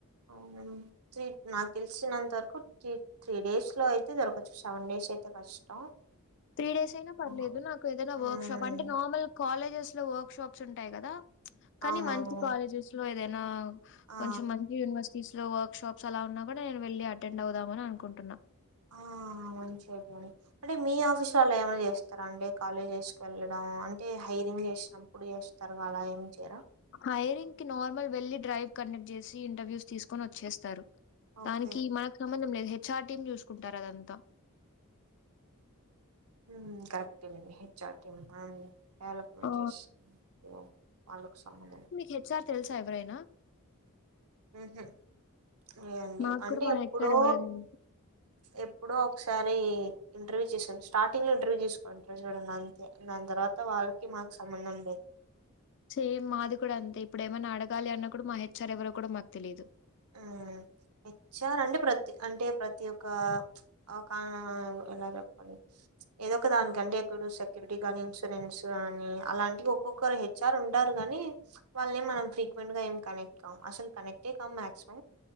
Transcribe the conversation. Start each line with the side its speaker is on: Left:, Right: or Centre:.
Right: అవునండి త్రి నాకు తెలిసినంత వరకు ట్రి త్రీ డేస్ లో అయితే దొరకొచ్చు సెవెన్ డేస్ అయితే కష్టం
Left: త్రీ డేసే అయినా పర్లేదు
Right: ఆ
Left: నాకు ఏదైనా
Right: హ్మ్
Left: వర్క్ షాప్ అంటే నార్మల్ కాలేజెస్ లో వర్క్ షాప్స్ ఉంటాయి కదా కానీ
Right: అవునవునవును
Left: మంచి కాలేజెస్ లో ఏదైనా
Right: ఆ
Left: కొంచెం మంచి యూనివర్సి టీస్ లో వర్క్ షాప్స్ అలా ఉన్నా కూడా నే వెళ్లి అటెండ్ అవుదామని అనుకుంటున్నా
Right: ఆ మంచిది అండి అంటే మీ ఆఫీసు వాళ్ళ ఏమైనా చేస్తారా అండి కాలేజెస్ కి వెళ్ళడం అంటే హైరింగ్ చేస్ నప్పుడు చేస్తారు అలా ఏం చేయరా
Left: హైరింగ్ కి నార్మల్ వెళ్లి డ్రైవ్ కండెక్ట్ చేసి ఇంటర్వ్యూస్ తీసుకొని వచ్చేస్తారు
Right: ఓకే
Left: దానికి మాక్ సంబంధం లేదు హెచ్ఆర్ టీం చూసుకుంటారు అదంతా
Right: హు కరెక్టే లేండి హెచ్ ఆర్ టీం అన్ డెవలప్మెంట్
Left: ఆ!
Right: చేస్ వావ్ వాళ్లకు సంబంధం
Left: హెచ్ ఆర్ తెల్సా ఎవరైనా
Right: ఊహు ఏ అండి
Left: మాకు
Right: అంటే
Left: కూడా మా
Right: ఎప్పుడో
Left: హెచ్ఆర్ ఎవరో తెలీదు.
Right: ఎప్పుడో ఒకసారి ఇంటర్వ్యూ చేసాను స్టార్టింగ్ లో ఇంటర్వ్యూ చేసుకోని చూడండి అంతే దాని తర్వాత అంత వాళ్ళకి మాకు సంబంధం లేదు
Left: చేమ్ మాది కూడా అంతే ఇప్పుడు ఏమైనా అడగాలి అన్న కూడా మా హెచ్ఆర్ ఎవరో కూడా మాకు తెలీదు
Right: హు హెచ్ఆర్ అంటే ప్రతి అంటే ప్రతి ఒక్క ఒకా ఎలా చెప్పాలి ఏదో ఒక దానికంటే ఎక్కడు సెక్యూరిటీ కాని ఇన్సూరెన్స్ కానీ అలాంటివి ఒక్కొక్కరు హె చ్చారు ఉంటారు కానీ వాళ్ళని మనం ఫ్రీక్వెంట్గా ఏమి కనెక్ట్ కాం అసలు కనెక్టే కామ్ మా సో